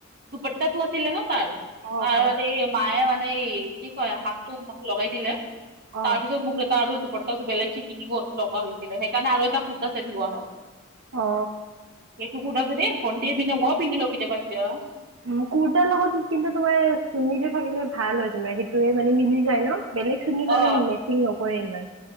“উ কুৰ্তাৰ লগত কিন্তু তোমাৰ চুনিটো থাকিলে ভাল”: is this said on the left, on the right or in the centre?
Right